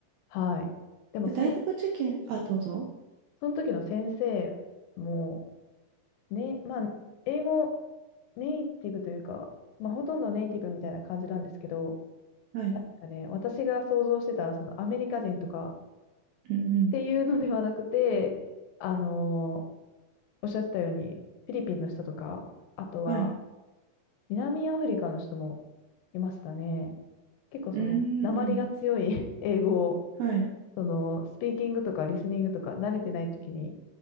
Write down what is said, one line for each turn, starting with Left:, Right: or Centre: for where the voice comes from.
Left: はい。でも、
Right: え大学受験、
Left: その、
Right: あ、どうぞ。
Left: その時の先生も、ね、まあ、英語ネイティブというか、まあ、ほとんどネイティブみたいな感じなんですけど、
Right: はい。
Left: なんかね、私が想像してた、そのアメリカ人とか
Right: うんうん。
Left: っていうのではなくて、あの、おっしゃってたように、フィリピンの人とか、あとは、
Right: はい。
Left: 南アフリカの人もいましたね。結構その、
Right: うんうん。
Left: 訛りが強い <laughs> 英語を、
Right: はい。
Left: その、スピーキングとかリスニングとか慣れてない時に